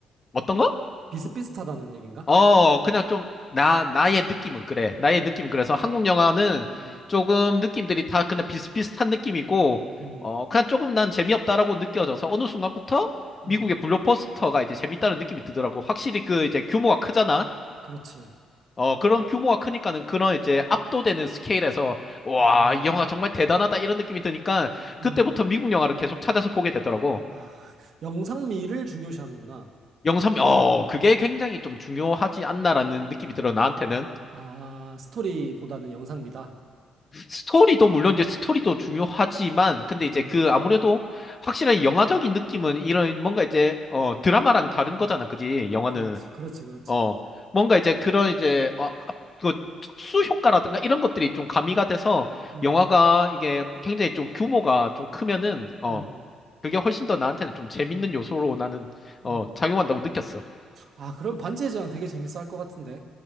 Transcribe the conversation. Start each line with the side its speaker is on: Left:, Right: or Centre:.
Left: 어떤 거?
Right: 비슷비슷하다는 얘긴가?
Left: 어, 그냥 좀, 나, 나의 느낌은 그래. 나의 느낌은 그래서 한국 영화는
Right: 음.
Left: 조금 느낌들이 다 그냥 비슷비슷한 느낌이고,
Right: 음.
Left: 어, 그냥 조금 난 재미없다라고 느껴져서 어느 순간부터
Right: 음.
Left: 미국의 블록버스터가 이제 재밌다는 느낌이 드더라고. 확실히 그 이제 규모가 크잖아?
Right: 그렇지.
Left: 어, 그런 규모가 크니까는 그런 이제 압도되는 스케일에서, 와,
Right: 아.
Left: 이 영화 정말 대단하다 이런 느낌이 드니까
Right: 음.
Left: 그때부터 미국 영화를 계속 찾아서 보게 되더라고.
Right: 아, 영상미를 중요시하는구나.
Left: 영상, 어, 그게 굉장히 좀 중요하지 않나라는 느낌이 들어, 나한테는.
Right: 아, 스토리보다는 영상미다.
Left: 스토리도 물론 이제 스토리도 중요하지만 근데
Right: 음.
Left: 이제 그 아무래도 확실한 영화적인 느낌은 이런 뭔가 이제 어
Right: 음.
Left: 드라마랑 다른 거잖아 그지 영화는
Right: 그렇지. 그렇지. 그렇지.
Left: 어 뭔가 이제 그런 이제 어그 특수 효과라든가 이런 것들이 좀 가미가 돼서
Right: 음.
Left: 영화가 이게 굉장히 좀 규모가 좀 크면은 어
Right: 음.
Left: 그게 훨씬 더 나한테는 좀 재밌는 요소로 나는
Right: 음.
Left: 어 작용한다고 느꼈어.
Right: 아, 그럼 반체제왕 되게 재밌어 할 것 같은데.